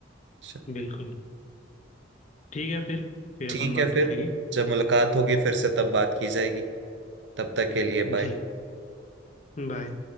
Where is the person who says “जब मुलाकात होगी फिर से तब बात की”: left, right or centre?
Right